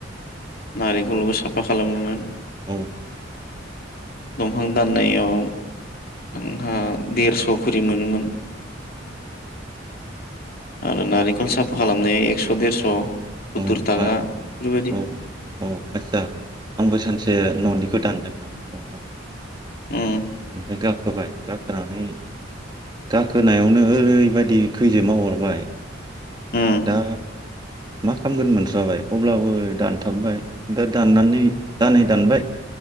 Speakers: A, on the left; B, on the right.
A: नारें खलबो साफा खालामदोंमोन।
B: औ
A: दंफां दाननायाव आंहा देरस' खरि मोनोमोन आरो नारेंखल साफा खालामनायाव एकस' देरस' सुततुर
B: औ
A: थाखा
B: आ
A: बेफोरबायदि
B: औ औ आच्छा आंबो सानसे न'निखौ दानदोंमोन दंफां।
A: उम
B: ओमफ्राय गा रबाय गाखोनानै गाखोनायावनो ओरैबायदि खैजेमा अरबाय
A: उम
B: दा मा खालामगोन मोनस्राबाय अब्लाबो दानथाबबाय दा दाननानै दानाय दानबाय